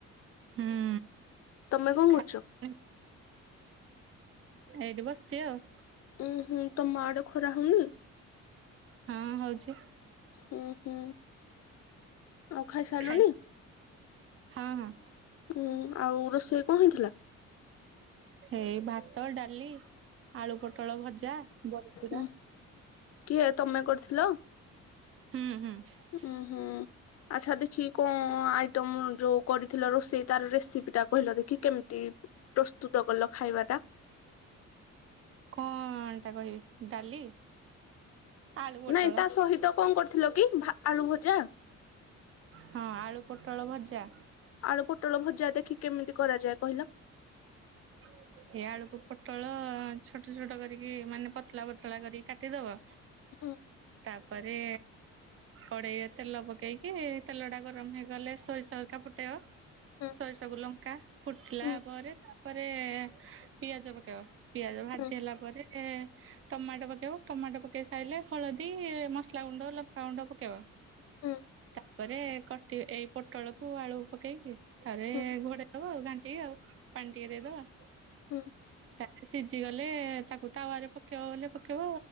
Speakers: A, on the right; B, on the left.
A: ହୁଁ
B: ତମେ କଣ
A: ଖାଇ
B: କରୁଛ?
A: ଏଇଠି ବସିଛି ଆଉ।
B: ଉୁଁ, ହୁଁ। ତମ ଆଡ଼େ ଖରା ହଉନି?
A: ହଁ, ହଉଛି।
B: ହୁଁ, ହୁଁ। ଆଉ ଖାଇସାରିଲୁନି?
A: ଖାଇ ହଁ, ହଁ।
B: ଉଁ, ଆଉ ରୋଷେଇ କଣ ହେଇଥିଲା?
A: ଏଇ ଭାତ, ଡାଲି, ଆଳୁ ପୋଟଳ ଭଜା, ବଡ଼ିଚୁରା।
B: ଉଁ କିଏ ତମେ କରିଥିଲ?
A: ହୁଁ ହୁଁ
B: ଉଁ।
A: <inaudible>
B: ହୁଁ ଆଚ୍ଛା, ଦେଖି, କଣ ଆଇଟମ୍ ଯୋଉ କରିଥିଲ ରୋଷେଇ, ତାର ରେସିପିଟା କହିଲ ଦେଖି, କେମିତି? ପ୍ରସ୍ତୁତ କଲ ଖାଇବା ଟା।
A: କଣ ଟା କହିବି? ଡାଲି? ଆଳୁ ପୋଟଳ
B: ନାଇଁ, ତା ସହିତ କଣ କରିଥିଲ କି ଭା ଆଳୁ ଭଜା?
A: ହଁ, ଆଳୁ ପୋଟଳ ଭଜା।
B: ଆଳୁ ପୋଟଳ ଭଜା ଦେଖି କେମିତି କରାଯାଏ, କହିଲ?
A: <inaudible> ଏଇ ଆଳୁକୁ, ପୋଟଳ ଛୋଟ ଛୋଟ କରିକି, ମାନେ ପତଳା ପତଳା କରିକି କାଟିଦବ।
B: ହୁଁ
A: ତାପରେ କଡେଇ ତେଲ ପକେଇକି, ତେଲ ଟା ଗରମ ହେଇଗଲେ ସୋରିଷ, ହେରିକା ଫୁଟେଇବ।
B: ହୁଁ
A: ସୋରିଷକୁ, ଲଙ୍କା ଫୁଟିଲା
B: ହୁଁ
A: ପରେ ତାପରେ ପିଆଜ ପକେଇବ। ପିଆଜ ଭାଜି
B: ହୁଁ
A: ହେଲା ପରେ ଟମାଟୋ ପକେଇବ। ଟମାଟୋ ପକେଇ ସାରିଲେ ହଳଦୀ, ମସଲା ଗୁଣ୍ଡ, ଲଙ୍କାଗୁଣ୍ଡ ପକେଇବ।
B: ହୁଁ
A: ତାପରେ କଟି, ଏଇ ପୋଟଳକୁୁ, ଆଳୁ ପକେଇକି ଥରେ
B: ହୁଁ
A: ଘୋଡ଼େଇ ଦବ ଆଉ, ଘାଣ୍ଟିିକି ଆଉ ପାଣି ଟିକେ ଦେଇଦବା।
B: ହୁଁ
A: ତାଦିହରେ ସିଜିଗଲେ, ତାକୁ ତାୱାରେ ପକେଇବ, ବୋଲେ ପକେଇବ।